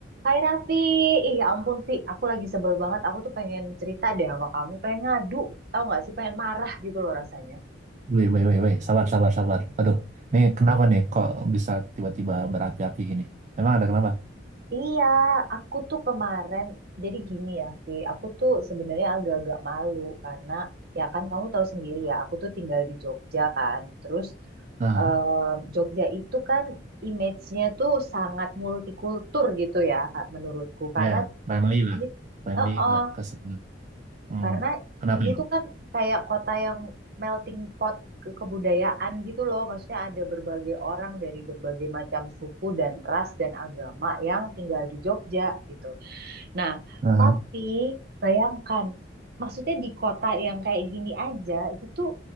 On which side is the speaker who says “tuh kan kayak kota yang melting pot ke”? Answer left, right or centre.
Right